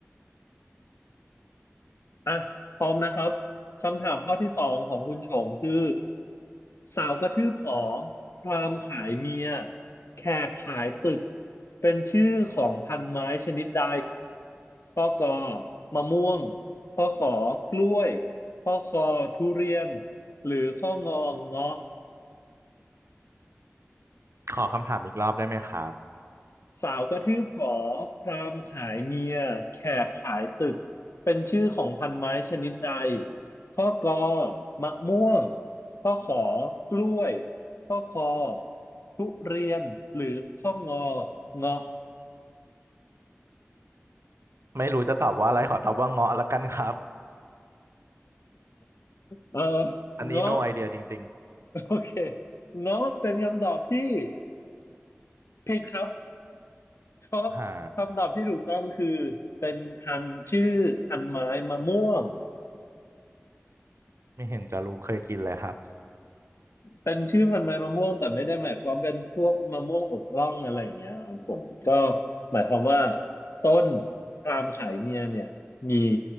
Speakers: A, on the left (about 65°); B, on the right (about 70°).
A: อ่ะพร้อมนะครับคำถามข้อที่สองของคุณชงคือสาวกระทืบหอพราหมณ์ขายเมียแขกขายตึกเป็นชื่อของพันไม้ชนิดใดข้อกอมะม่วงข้อขอกล้วยข้อคอทุเรียนหรือข้องอเงาะ
B: ขอคำถามอีกรอบได้ไหมครับ
A: สาวกระทืบหอพราหมณ์ขายเมียแขกขายตึกเป็นชื่อของพันไม้ชนิดใดข้อกอมะม่วงข้อขอกล้วยข้อคอทุเรียนหรือข้องอเงาะ
B: ไม่รู้จะตอบว่าอะไรขอตอบว่าเงาะละกันครับ
A: เออ
B: อันนี้
A: เงาะ
B: no idea จริง
A: โอเคเงาะเป็นคำตอบที่ผิดครับเพราะคำตอบที่ถูกต้องคือเป็นพันธุ์ชื่อพันธุ์ไม้มะม่วง
B: ๆหาไม่เห็นจะรู้เคยกินเลยครับ
A: เป็นชื่อพันธุ์ไม้มะม่วงแต่ไม่ได้หมายความเป็นพวกมะม่วงอกร่องอะไรอย่างเงี้ยครับผมก็หมายความว่าต้นพาล์มขายเมียเนี่ยมี